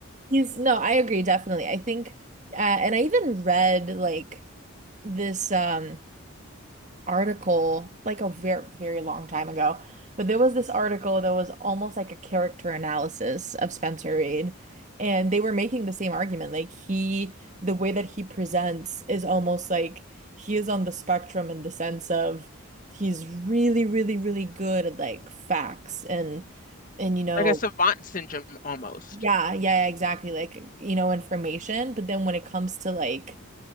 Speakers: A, on the right (about 35°); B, on the left (about 40°).
A: he's no, I agree definitely. I think uh, and I even read like this um article like a very very long time ago, but there was this article that was almost like a character analysis of Spencer Reid, and they were making the same argument. Like he the way that he presents is almost like he is on the spectrum in the sense of he's really, really, really good at like facts and and you know
B: Like a savant syndrome almost.
A: Yeah, yeah, exactly. Like, you know, information, but then when it comes to like